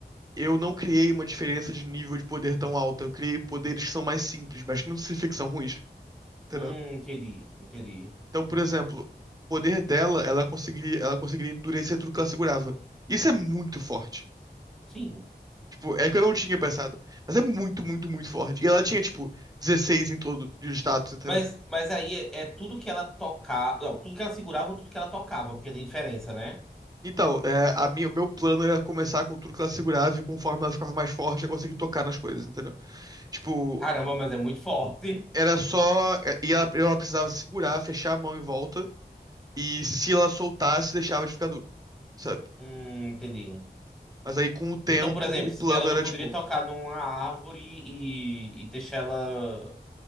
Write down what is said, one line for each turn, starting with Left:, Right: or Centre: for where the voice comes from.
Right: eu não criei uma diferença de nível de poder tão alta. Eu criei poderes que são mais simples, mas que não significa que são ruins, entendeu?
Centre: Hum, entendi, entendi.
Right: Então, por exemplo, o poder dela, ela conseguiria, ela conseguiria endurecer tudo que ela segurava. Isso é muito forte.
Centre: Sim.
Right: Tipo, é que eu não tinha pensado. Mas é muito, muito, muito forte. E ela tinha, tipo, 16 em todo de status, entendeu?
Centre: Mas, mas aí é, é tudo que ela tocava. Não, tudo que ela segurava ou tudo que ela tocava, porque tem diferença, né?
Right: Então, é, a minha, o meu plano era começar com tudo que ela segurava e conforme ela ficava mais forte, eu conseguia tocar nas coisas, entendeu? Tipo,
Centre: Caramba, mas é muito forte.
Right: era só. é, E ela, ela precisava segurar, fechar a mão em volta. E se ela soltasse, deixava de ficar duro, sabe?
Centre: Hum, entendi.
Right: Mas aí, com o tempo,
Centre: Então, por exemplo,
Right: o plano
Centre: ela não
Right: era,
Centre: poderia
Right: tipo.
Centre: tocar numa árvore e, e deixar ela